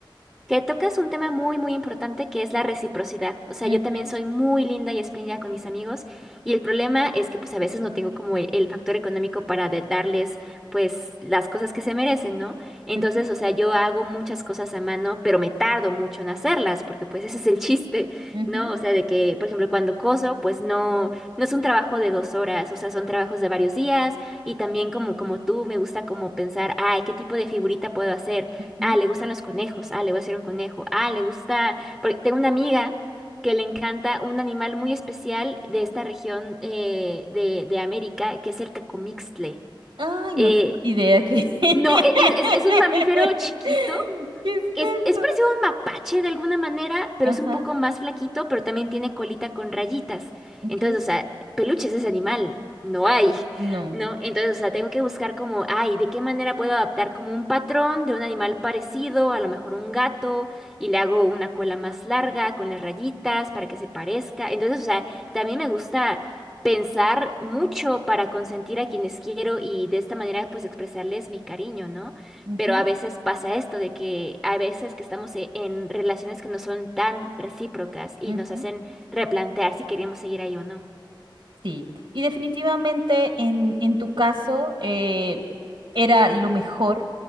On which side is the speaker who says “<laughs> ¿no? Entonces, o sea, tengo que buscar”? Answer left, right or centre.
Centre